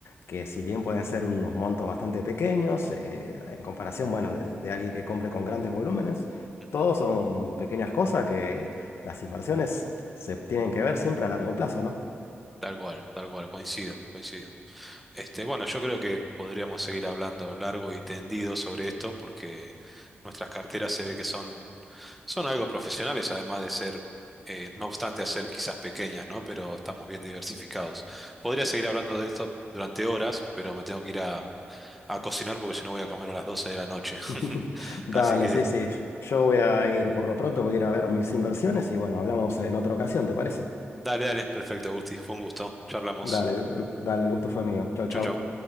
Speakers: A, on the left; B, in the centre.
A: que si bien pueden ser unos montos bastante pequeños, eh, en comparación, bueno, de, de alguien que compre con grandes volúmenes,
B: Ujú.
A: todos son pequeñas cosas que las inversiones se tienen que ver siempre a largo plazo, ¿no?
B: Tal cual, tal cual, coincido, coincido. Este, bueno, yo creo que podríamos seguir hablando largo y tendido sobre esto porque nuestras carteras se ve que son, son algo profesionales, además de ser, eh, no obstante, hacer quizás pequeñas, ¿no? Pero estamos bien diversificados. Podría seguir hablando de esto durante horas, pero me tengo que ir a, a cocinar porque si no voy a comer a las 12 de la noche. <laughs>
A: <laughs> Dale,
B: Así que,
A: sí, sí. Yo voy a ir, por lo pronto voy a ir a ver mis inversiones y bueno, hablamos en otra ocasión, ¿te parece?
B: dale, dale, perfecto, Gusti, fue un gusto. Charlamos.
A: Dale, el- dale, el gusto fue mío. Chau, chau.
B: Chau, chau.